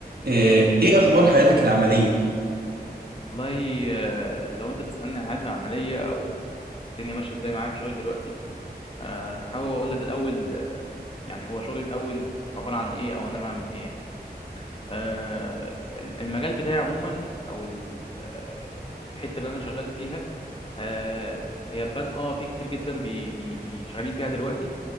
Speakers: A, on the right; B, on the left.
A: آه، ايه اخبار حياتك العمليه
B: والله آه، لو انت بتسألني عن حياتي العملية او الدنيا ماشية ازاي معايا في شغلي دلوقتي آه، حابب اقول لك الاول آه، يعني هو شغلي الاول عبارة عن ايه او انا بعمل ايه يعني آه، المجال بتاعي عموما او ال- آه، الحتة اللي انا شغال فيها آه، هي بان اه في كتير جدا بي بي بي شغالين فيها دلوقتي